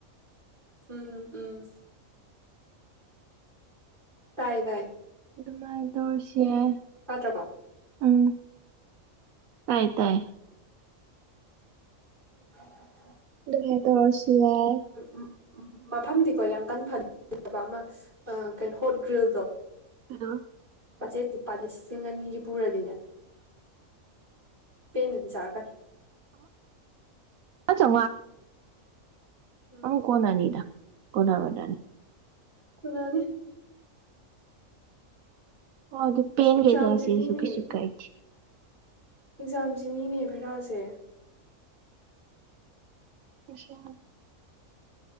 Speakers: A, on the right; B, on the right.
A: ꯎꯝ ꯎꯝ ꯇꯥꯏ ꯇꯥꯏ
B: ꯑꯗꯨꯃꯥꯏꯅ ꯇꯧꯔꯁꯤ ꯌꯥꯏ
A: ꯁꯥꯇ꯭ꯔꯄꯥ
B: ꯎꯝ ꯇꯥꯏ ꯇꯥꯏ
A: ꯊ
B: ꯑꯗꯨꯉ ꯇꯁꯤ ꯌꯥ
A: ꯎꯝ ꯎꯝ ꯃꯐꯝꯗꯤꯀꯣ ꯌꯥꯝ ꯀꯟꯅ ꯐꯖꯕ ꯑꯃ ꯀꯩꯅꯣ ꯍꯣꯠꯒ꯭ꯔꯤꯜꯗꯣ
B: ꯍꯜꯂꯣ
A: ꯕꯖꯦꯠ ꯂꯨꯄꯥ ꯂꯤꯁꯤꯡ ꯑꯅꯤꯒꯤ ꯄꯨꯔꯗꯤꯅꯦ ꯄꯦꯟꯅꯗꯤ ꯆꯥꯔꯀꯅꯤ
B: ꯑ ꯆ
A: ꯎꯝ
B: ꯑ ꯀꯣꯟꯅꯤꯗ ꯀꯅꯥ ꯑꯣꯏꯗꯥꯅꯤ
A: ꯈꯨꯅꯥꯅꯤ
B: ꯑꯗꯨꯣ
A: ꯑꯁ
B: ꯄꯦꯟꯦꯟꯒ
A: ꯑꯦꯛꯖꯥꯝꯁꯤꯅꯤꯅꯦ
B: ꯆꯁꯤꯦꯁꯨꯨꯀꯤꯁꯨꯨꯈꯥꯏꯇꯦ
A: ꯑꯦꯛꯖꯥꯝꯁꯤꯅꯤꯅꯦ ꯚꯩꯔꯥꯁꯦ
B: ꯄꯁ